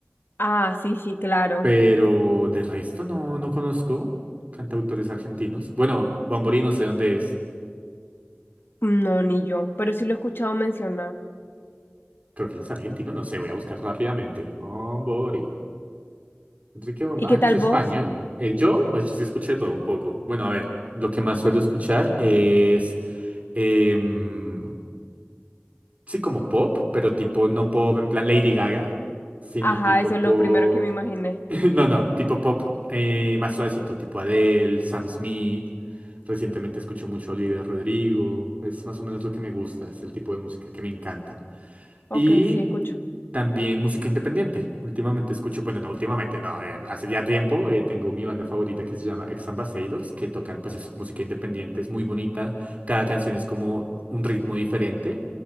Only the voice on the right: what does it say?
Pero de resto no, no conozco cantautores argentinos. Bueno, Bombori no sé dónde es.
Creo que él es argentino, no sé, voy a buscar rápidamente. Bombori. Enrique Bombori.
Ah, no,
es español.
Eh, yo, pues yo sí escuché todo un poco. Bueno, a ver, lo que más suelo escuchar es... em, Sí, como pop, pero tipo no pop en plan Lady Gaga, sino
tipo
pop.
<laughs> No, no, tipo pop eh, más suavecito, tipo Adele, Sam Smith. Recientemente escucho mucho a Olivia Rodrigo. Es más o menos lo que me gusta, es el tipo de música que me encanta.
Y
también música independiente. Últimamente escucho, bueno, no últimamente, no, eh, hace ya tiempo eh, tengo mi banda favorita que se llama Ex Ambassadors, que tocan pues eso, música independiente, es muy bonita, cada canción es como un ritmo diferente